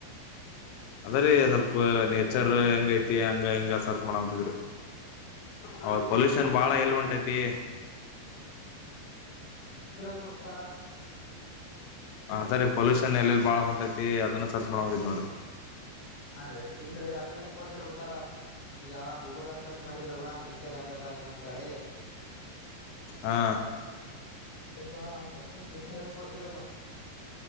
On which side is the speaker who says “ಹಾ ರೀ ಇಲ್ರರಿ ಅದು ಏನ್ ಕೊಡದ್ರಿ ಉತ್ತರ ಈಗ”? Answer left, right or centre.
Left